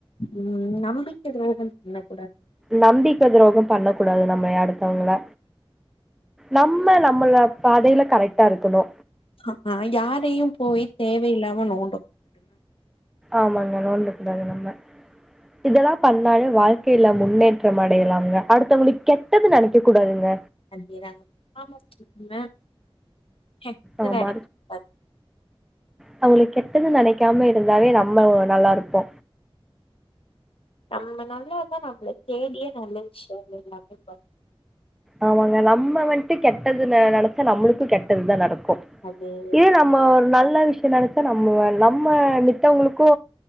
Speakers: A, on the left; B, in the centre.
A: ம் நம்பிக்க துரோகம் <unintelligible>
B: நம்பிக்க துரோகம் பண்ண கூடாது நம்ம அடுத்தவங்கள நம்ம நம்ள பாதைல கரெட்டா இருக்கணு
A: ஆமா யாரையு போய் தேவயில்லாம நோ
B: ஆமாங்க நோண்ட கூடாது நம்ம இதெல்லா பண்லே வாழ்க்கைல முன்னேற்றம் அடையலாம்ங்க அடுத்தவங்ளுக்கு கெட்டது நெனைக்க கூடாதுங்க
A: அதேதாங்க ஆமா நம்ம ஹெக்ஸ்னு
B: ஆமா
A: நெனைக்க கூடாது
B: அவுங்களுக் கெ ட்டது நெனைக்காம இருந்தாவே நம்ம நல்லாருப்போ
A: நம்ம நல்லாந்தா நம்ள தேடியே நல்ல விஷ்யோ எல்லாமே பண்ணு
B: ஆமாங்க நம்ம வன்ட்டு கெட்டது ந நெனச்சா நம்ளுக்கு கெட்டதுதா நடக்கு கு
A: அதேதா
B: இது நம்ம ஒரு நல்ல விஷ்யோ நென ச்சா நம்ம நம்ம மித்தவங்ளுக்கு